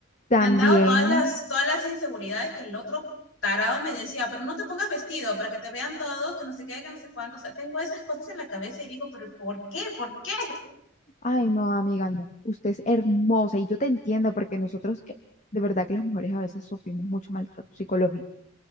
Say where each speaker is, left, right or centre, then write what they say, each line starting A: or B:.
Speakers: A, on the left; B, on the left.
A: también,
B: me han dado todas las, todas las inseguridades que el otro tarado me decía, pero no te pongas vestido para que te vean todos, que no sé qué, que no sé cuánto. O sea, tengo esas cosas en la cabeza y digo, pero ¿por qué? ¿Por qué?
A: ay, no, amiga, no, usted es hermosa y yo te entiendo porque nosotros, eh, de verdad que las mujeres a veces sufrimos mucho maltrato psicológico.